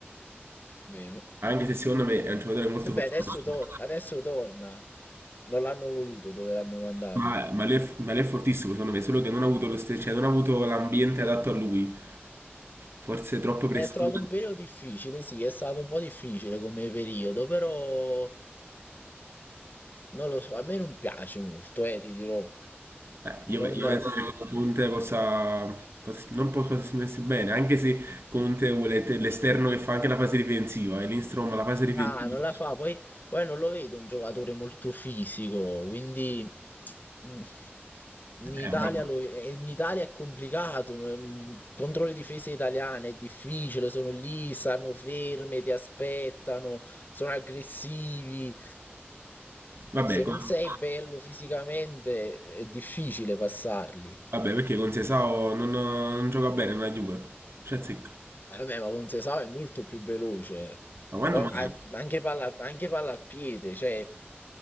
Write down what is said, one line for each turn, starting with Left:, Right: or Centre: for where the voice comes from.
Left: vero?
Right: anche se secondo me è un giocatore molto
Left: Vabbè,
Right: fortunato,
Left: adesso, tor- adesso torna. Non l'hanno voluto dove l'hanno mandato.
Right: ma, ma lui, è, ma lui è fortissimo secondo me, solo che non ha avuto lo stesso, cioè non ha avuto l'ambiente adatto a lui, forse troppo presto.
Left: È trovato un periodo difficile, sì, è stato un po' difficile come periodo, però non lo so, a me non piace molto, eh, ti dirò.
Right: Eh, io,
Left: Non,
Right: io penso che Conte possa, possa- non possa esprimersi bene, anche se Conte vuole te- l'esterno che fa anche la fase difensiva, e Lindstrom la fase difensiva...
Left: Ah, non la fa, poi, poi non lo vedo un giocatore molto fisico, quindi mm, in Italia,
Right: eh, ma-
Left: lo- eh, in Italia è complicato, mm, contro le difese italiane è difficile, sono lì, stanno ferme, ti aspettano, sono aggressivi.
Right: Vabbè,
Left: Se
Right: con-
Left: non sei bello fisicamente è difficile passarli.
Right: Vabbè, perché con Sesao non, non gioca bene nella Juve. Cioè, zecca.
Left: Eh, Vabbè, ma Ponzesau è molto più veloce.
Right: Ma quando
Left: Poi
Right: mai?
Left: an- anche palla, anche palla al piede, cioè